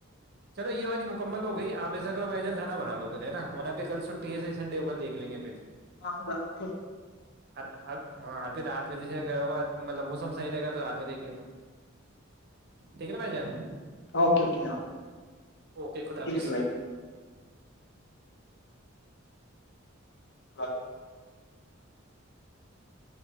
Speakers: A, on the right; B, on the left.
A: چلو یہ والی مکمل ہو گئی آپ ایسا کرو بائی جان کھانا بنا لو پہ ہے نا وہنا پہ کل چھٹی سے سنڈے ہو کل دیک لیں گے پھر
B: آ رو
A: ا اب ہاںھر رات میں جیسے گ بت مطلب موسم صحیح رہے گا تو رات میں دیکھ لے گا ٹھیک ہے نا بھائی جان
B: اوکے اوکے جناب
A: اوکے خدا
B: ٹھیک
A: حافظ
B: ہے ہاں